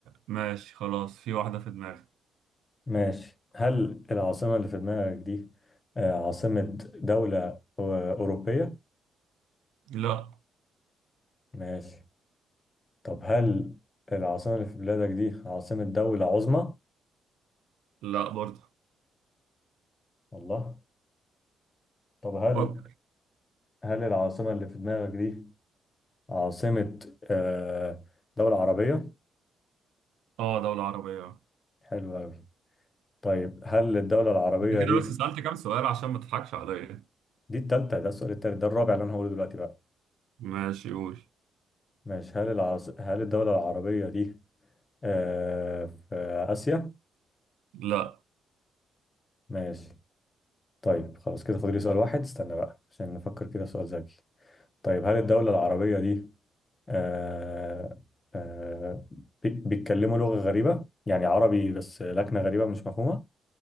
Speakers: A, on the right; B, on the left.
A: ماشي خلاص في واحدة في دماغي
B: ماشي هل العاصمة اللي في دماغك دي آه، عاصمة دولة أو- أوروبية
A: لا
B: ماشي طب هل العاصمة اللي في بلادك دي عاصمة دولة عظمى
A: لا برضه
B: الله طب هل
A: فكر
B: هل العاصمة اللي في دماغك دي عاصمة آه، دولة عربية
A: اه دولة عربية اه
B: حلو أوي طيب هل الدولة العربية
A: انت كده
B: دي
A: بس سألت كام سؤال عشان ما تضحكش عليا
B: دي التالتة ده السؤال التالت ده الرابع اللي أنا هقوله دلوقتي بقى
A: ماشي قول
B: ماشي هل العاص... هل الدولة العربية دي آه في آسيا؟
A: لا
B: ماشي طيب خلاص كده فاضل لي سؤال واحد استنى بقى عشان نفكر كده في سؤال ذكي طيب هل الدولة العربية دي آه آه بي- بيتكلموا لغة غريبة؟ يعني عربي بس لكنة غريبة مش مفهومة؟